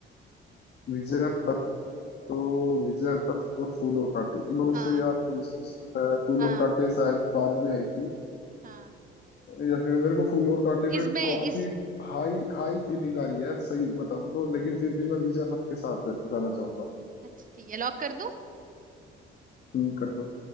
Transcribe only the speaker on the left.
विजय पथ तो विजय पथ और फूल और कांटे इनमें
से यार कौन सा हो सकता है फूल
और कांटे शायद बाद में आई थी
या फिर मेरे को फूल और कांटे पे
काफी
हाई हाई फीलिंग आ रही है सही बताऊं तो लेकिन फिर भी मैं विजय पथ के साथ जाना चाहूंगा
तुम कर दो